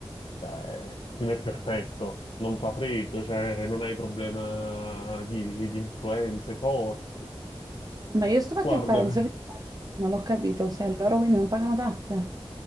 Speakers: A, on the left; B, on the right.
A: Cioè, il clima è perfetto, non fa freddo, cioè, non hai problema di, di influenze forti.
B: ma io sto fatto
A: Guarda,
B: il paradiso, fiscale, non l'ho capito, cioè loro quindi non pagano tasse?